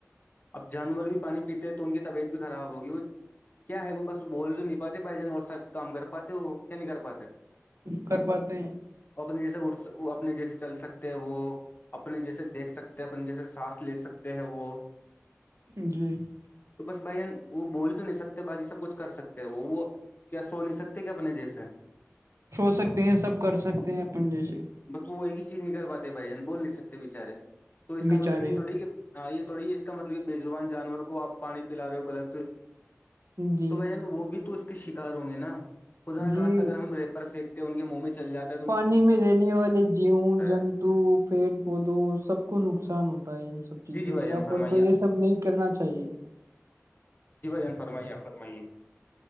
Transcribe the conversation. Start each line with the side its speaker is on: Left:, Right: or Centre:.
Left: اب جانور بھی پانی پیتے ہیں تو ان کی طبیعت بھی خراب ہوگی وہ کیا ہے وہ بس بول تو نہیںپاتے پائی جان اور سا کام کر پاتے وہ نہیں کر پاتے
Right: کرواتے ہیں
Left: اپنے جیسے اٹ اپنے جیسے چل سکتے ہیں وہ اپنے جیسے دیکھ سکتے ہیں اپنے جیسے سانس لے سکتے ہیں وہ
Right: <inaudible>
Left: تو بس بھائیین وہ بول تو نہیں سکتے بقی سب کچھ کر سکتے وہ وہ کیا سو نہیں سکتے کیا اپنے جیسے
Right: چھو سکتے ہیں سب کر سکتے ہیں اپن جی سے
Left: بس وہ ایک ہی چیز نہیںک کر پاتے بھائی جان بول نہیں سکتے بےچارے تو اس کا
Right: بچارے
Left: مطلب یہ تھوڑی کہ ہاں یہ تھوڑی اس کا مطلب کہ بے زبان جانور کو آپ پانی پلا رہے ہو غلط
Right: جی
Left: تو بھ جان وہ بھی تو اس کے شکار ہوں گے نا خدا ن
Right: جی
Left: کااش اگر ہم ریپر پنک ان کے منہ میں چل جاتے
Right: پانی میں رہنے والے جیو جنتو
Left: ہے
Right: پیڑ پودوں سب کو نقصان ہوتا ہے سب چیز
Left: جی جی
Right: جو
Left: بھائی جان
Right: اپن
Left: فرمائیے
Right: کو یہ سب نہیں کرنا چاہیے
Left: جی بھائین فرمائیے فرمائیے